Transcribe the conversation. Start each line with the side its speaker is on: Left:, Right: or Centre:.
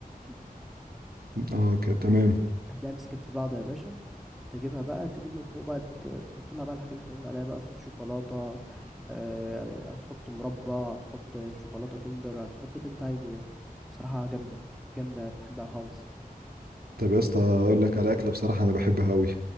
Centre: <clears throat>
Right: اه ك- تمام
Centre: هتلاقيها مسكت في بعض يا باشا تجيبها بقى تجيب من فوق بقى ت- تحط لها بقى الحاجة اللي احنا قلنا عليها بقى صوص شوكولاتة آه، هتحط مربى هتحط شوكولاتة كندر هتحط اللي انت عايزه يعني بصراحة جامدة جامدة تحبها خالص
Right: طب يا اسطى أقول لك على أكلة بصراحة أنا بحبها أوي